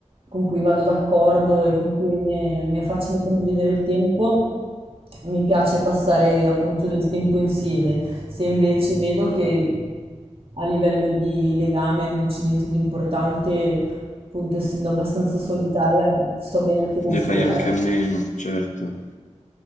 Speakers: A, on the right (about 50°); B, on the left (about 80°).
A: con cui vado d'accordo e con cui mi è, mi è facile condividere il tempo, mi piace passare appunto del tempo insieme. Se invece vedo che a livello di legame non c'è niente di importante Appunto, essendo abbastanza solitaria, sto bene anche da
B: ne
A: sola,
B: fai anche
A: ecco.
B: a meno, certo,